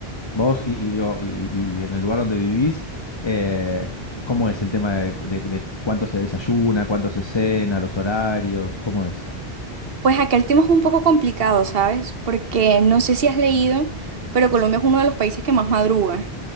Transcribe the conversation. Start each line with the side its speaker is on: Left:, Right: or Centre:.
Left: vos y, y digo, y, y en el lugar donde vivís, eh, ¿cómo es el tema de, de- de cuánto se desayuna, cuánto se cena, los horarios? ¿Cómo es?
Right: Pues acá el tema es un poco complicado, ¿sabes? Porque no sé si has leído, pero Colombia es uno de los países que más madruga.